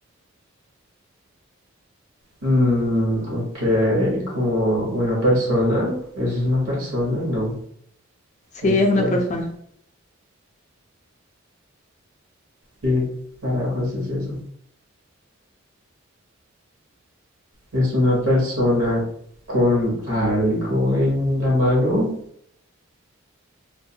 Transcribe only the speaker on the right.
Mm, ok. Como una persona. ¿Eso es una persona? No.
Este
es.
eso. ¿Qué carajos es eso? Es una persona con algo en la mano.